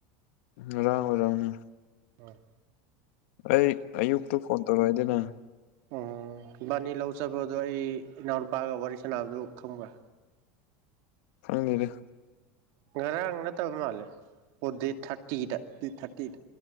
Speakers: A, on the left; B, on the right.
A: ꯉꯔꯥꯡ ꯑꯣꯢꯔꯝꯅꯤ
B: ꯑꯥ
A: ꯑꯩ ꯑꯌꯨꯛꯇꯨ ꯐꯣꯟ ꯇꯧꯔꯛꯏꯗꯅ
B: ꯎꯝ ꯏꯕꯥꯅꯤ ꯂꯧ ꯆꯠꯄꯗꯣ ꯑꯩ ꯏꯅꯥꯎ ꯅꯨꯄꯥꯒ ꯋꯥꯔꯤ ꯁꯥꯟꯅꯕꯗꯨ ꯈꯪꯕ꯭ꯔꯥ
A: ꯈꯪꯉꯤꯅꯦ
B: ꯉꯔꯥꯡ ꯅꯠꯇꯕ ꯃꯥꯜꯂꯦ ꯑꯣ ꯗꯦꯠ ꯊꯥꯔꯇꯤꯗ ꯗꯦꯠ ꯊꯥꯔꯇꯤꯗ